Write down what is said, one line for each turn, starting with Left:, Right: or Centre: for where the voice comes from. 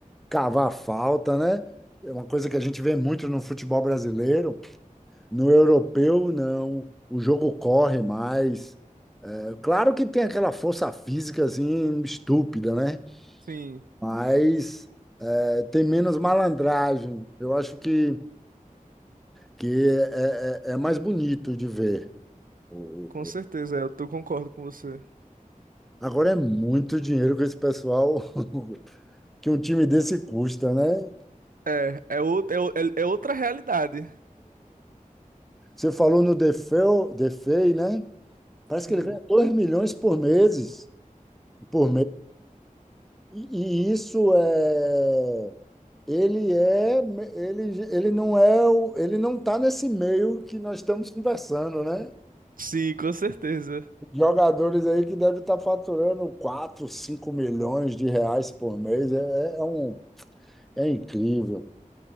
Centre: cavar falta, né? É uma coisa que a gente vê muito no futebol brasileiro. No europeu, não. O jogo corre mais. É claro que tem aquela força física assim estúpida, né?
Right: Sim,
Centre: Mas é, tem menos malandragem. Eu acho que que é, é, é mais bonito de ver. O- o-
Right: com certeza,
Centre: o-
Right: é, eu tô- concordo com você.
Centre: Agora é muito dinheiro que esse pessoal, <laughs> que um time desse custa, né?
Right: É, é, out- é, o- é é outra realidade.
Centre: Você falou no Defeu, Defei, né? Parece
Right: Sim.
Centre: que ele ganha 2 milhões por meses, por mês. E, e isso é ele é ele, ele não é o- ele não está nesse meio que nós estamos conversando, né?
Right: Sim, com certeza.
Centre: Jogadores aí que devem estar faturando 4, 5 milhões de reais por mês. É, é é um É incrível.